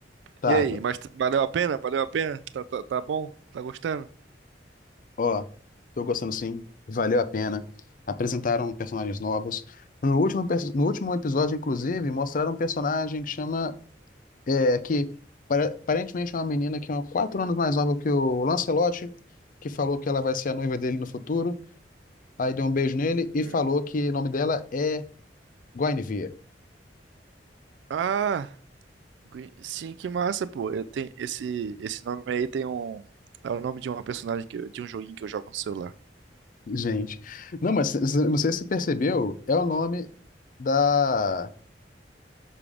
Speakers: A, on the left; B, on the right.
A: Tava.
B: E aí, mas t- valeu a pena? Valeu a pena? Tá, tá, tá bom? Tá gostando?
A: Ó, tô gostando sim, valeu a pena. Apresentaram personagens novos. No último, pers- no último episódio, inclusive, mostraram um personagem que chama. É, que para- aparentemente é uma menina que é quatro anos mais nova que o Lancelote, que falou que ela vai ser a noiva dele no futuro. Aí deu um beijo nele e
B: É.
A: falou que o nome dela é Guinevere.
B: Ah, Gui- sim, que massa, pô. Eu tenho esse esse nome aí tem um é o nome de uma personagem que eu- de um joguinho que eu jogo no celular.
A: Gente, não, mas c- c- não sei se você percebeu, é o nome da.